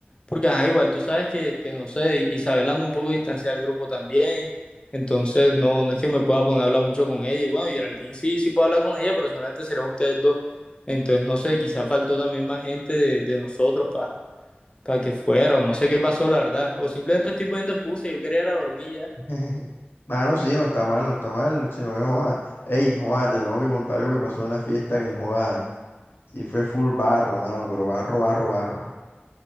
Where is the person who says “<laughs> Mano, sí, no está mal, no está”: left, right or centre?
Left